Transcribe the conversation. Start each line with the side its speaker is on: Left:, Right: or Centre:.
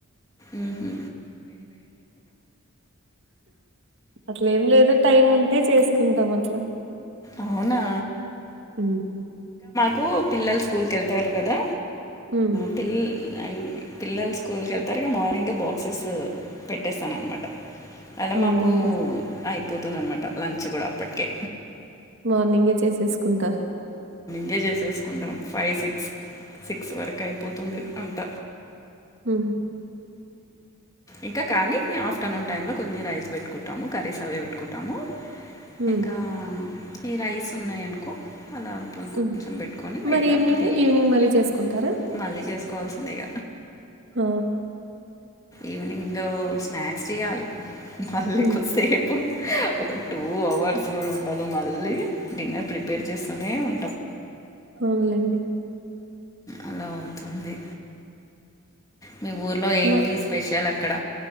Left: ఉహు
Right: అట్ల ఏం లేదు టైం ఉంటే చే కుంటమ్ అట్ల
Left: అవునా
Right: ఉ
Left: కు పిల్లలు స్కూల్కి వెళ్తారు కదా
Right: ఉమ్
Left: పి అండ్ పిల్లలు స్కూల్కి వెళ్తారు ఇగ మార్నింగ్ బాక్సెస్ పెట్టేస్తాను అనమాట అల
Right: అవునులేండి
Left: మాకు అయిపోతుంది అనమాట లంచ్ కూడ అప్పటికే
Right: మార్నింగే చేసేసుకుంట
Left: అదే చేసేసుకుంటాం ఫైవ్ సిక్స్ సిక్స్ వరకు అయిపోతుంది అంత
Right: ఉ
Left: ఇంక కానీ మే ఆఫ్టర్నూన్ టైంలో కొన్ని రైస్ పెట్టుకుంటాము కర్రీస్ అవే పెట్టుకుంటాము
Right: ఉ
Left: ఇంకా ఈ రైస్ ఉన్నాయి అనుకో అల అప్పుడు
Right: ఉమ్
Left: కొంచెం పెట్టుకొని వేడిగా
Right: మరి ఈవినింగ్
Left: అప్పుడు <unintelligible>
Right: ఈవినింగ్ మరీ చేసుకుంటారా
Left: మళ్ళీ చేసుకు కావాల్సిందిగ
Right: హ
Left: ఈవినింగ్లో స్నాక్స్ చేయాలి మళ్ళీ
Right: హ్మ్.
Left: కొద్దిసేపు ఒక టూ అవర్స్ కూడ ఉండదు మళ్ళీ డిన్నర్ ప్రిపేర్ చేస్తూనే ఉం
Right: అవునులేండి
Left: అలా అవుతుంది మీ ఊర్లో ఏంటి
Right: మా
Left: స్పెషల్ అక్కడ